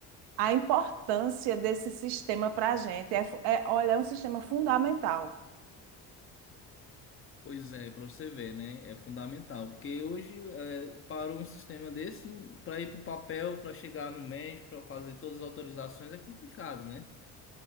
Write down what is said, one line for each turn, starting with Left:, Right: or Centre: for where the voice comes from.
Right: A importância desse sistema para a gente é, fu- é, olha, é um sistema fundamental.
Left: Pois é, para você ver, né? É fundamental, porque hoje é, parou um sistema desse para ir para o papel, para chegar no médico, para fazer todas as autorizações é complicado, né?